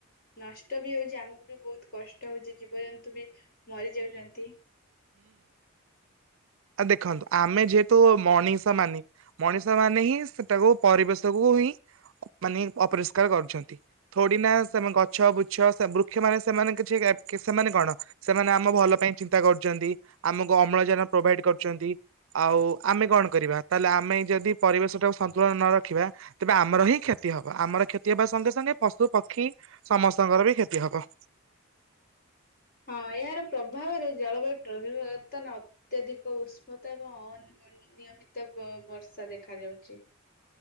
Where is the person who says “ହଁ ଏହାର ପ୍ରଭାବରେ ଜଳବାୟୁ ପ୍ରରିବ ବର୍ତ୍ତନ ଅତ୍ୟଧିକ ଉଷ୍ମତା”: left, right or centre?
Left